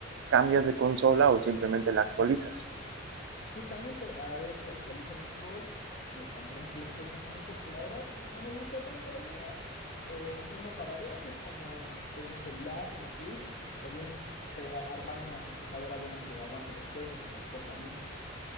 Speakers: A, on the right; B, on the left.
A: cambias de consola o simplemente la actualizas.
B: Justamente a ver si actualizo mi Xbox, me compro un PlayStation 5 que la verdad no me gusta tanto la idea, o uno para viaje como tengo un celular, una Switch, o bien crea- armarme una computadora buena que aguante los juegos y los corra bien.